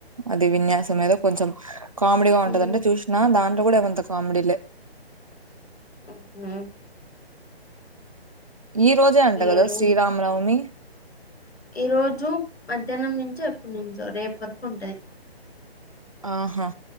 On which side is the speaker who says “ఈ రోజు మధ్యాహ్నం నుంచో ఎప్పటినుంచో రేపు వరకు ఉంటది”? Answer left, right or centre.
Left